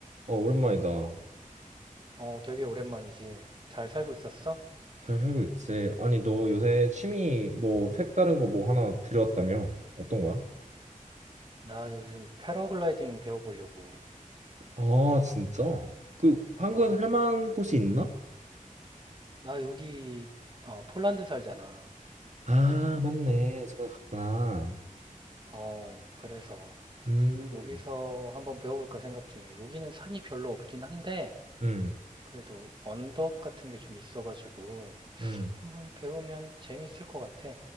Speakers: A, on the right; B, on the right.
A: 어, 오랜만이다.
B: 어, 되게 오랜만이지. 잘 살고 있었어?
A: 잘 살고 있지? 아니, 너 요새 취미 뭐 색다른 거 뭐 하나 들여왔다며? 어떤 거야?
B: 나 요즘 패러글라이딩 배워보려고.
A: 아, 진짜? 그 한국에서
B: 어,
A: 할 만한 곳이 있나?
B: 나 여기, 어, 폴란드 살잖아.
A: 아, 맞네. 저번에 갔구나.
B: 어, 그래서
A: 음,
B: 여기서 한번 배워볼까 생각 중이야. 여기는 산이 별로 없긴 한데,
A: 음,
B: 그래도 언덕 같은 게 좀 있어가지고,
A: 음.
B: 한번 배우면 재밌을 것 같아.